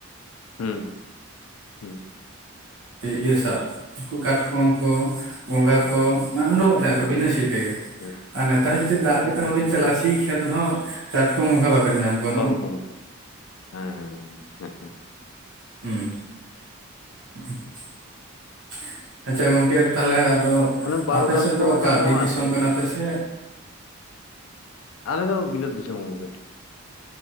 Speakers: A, on the left (about 75°); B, on the right (about 80°).
A: ᱦᱩᱸ, ᱦᱩᱸ
B: ᱤᱭᱟᱹ ᱥᱟᱵ ᱩᱱᱠᱩ ᱠᱟᱴᱠᱚᱢ ᱠᱚ ᱜᱚᱸᱝᱷᱟ
A: ᱦᱩᱸ
B: ᱠᱚ ᱢᱟᱱᱮ ᱩᱰᱩᱠᱚᱜ ᱛᱟᱦᱮᱱ ᱠᱚ,
A: ᱦᱩᱸ
B: ᱵᱤᱱᱟᱹ ᱥᱤ ᱛᱮᱜᱮ
A: ᱦᱩᱸ
B: ᱾ ᱟᱨ ᱱᱮᱛᱟᱨ ᱡᱩᱫᱤ ᱫᱟᱜ
A: ᱦᱩᱸ
B: ᱠᱟᱛᱮ ᱦᱚᱸᱵᱮᱱ
A: ᱦᱩᱸ
B: ᱪᱟᱞᱟᱜ-ᱟ ᱾ᱥᱤ ᱠᱷᱮᱛ ᱦᱚᱸ ᱠᱟᱴᱠᱚᱢ ᱦᱚ ᱵᱟᱵᱮᱱ ᱧᱟᱢ ᱠᱚᱣᱟ ᱱᱚᱜᱼᱚ
A: ᱵᱟᱵᱤᱱ ᱧᱟᱢ ᱠᱚᱣᱟ, ᱦᱮᱸ ᱦᱮᱸ ᱾
B: ᱦᱩᱸ ᱾ ᱟᱪᱪᱷᱟ ᱜᱚᱝᱠᱮ ᱛᱟᱦᱞᱮ ᱟᱫᱚ
A: ᱚᱱᱮ ᱵᱟᱹᱨᱩᱰᱟᱝ
B: ᱟᱯᱮ ᱥᱮᱫ
A: ᱠᱚ
B: ᱫᱚ ᱚᱠᱟ
A: ᱧᱟᱢᱚᱜᱼᱟ
B: ᱵᱤᱨ ᱫᱤᱥᱚᱢ
A: ᱟᱨᱠᱤ
B: ᱠᱟᱱᱟᱯᱮ ᱥᱮ
A: ᱟᱞᱮ ᱫᱚ ᱵᱤᱞᱟᱹᱛ ᱫᱤᱥᱚᱢ ᱜᱚᱝᱠᱮ᱾